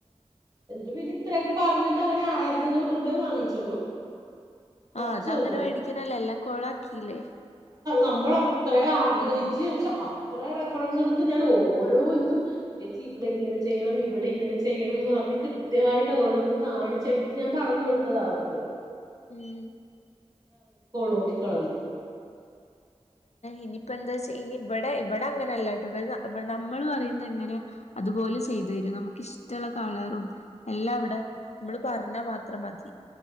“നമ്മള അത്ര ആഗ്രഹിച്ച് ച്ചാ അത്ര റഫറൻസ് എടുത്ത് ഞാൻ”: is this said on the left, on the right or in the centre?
Right